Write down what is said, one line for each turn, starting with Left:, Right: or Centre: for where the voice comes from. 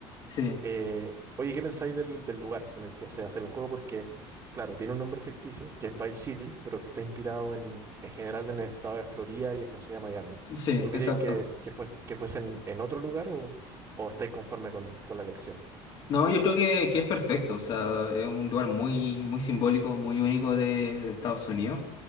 Left: sí,
Right: Eh, oye, ¿qué pensáis del, del lugar en el que se hace el juego? Porque, claro, tiene un nombre ficticio que es Vice City, pero que está inspirado en, en general en el estado de Florida y en la ciudad de Miami.
Left: sí,
Right: ¿Tú creéis
Left: exacto.
Right: que, que fuese, que fuese en, en otro lugar o, o estáis conforme con, con la elección?
Left: No, yo creo que, que es perfecto, o sea, es un lugar muy, muy simbólico, muy único de, de Estados Unidos.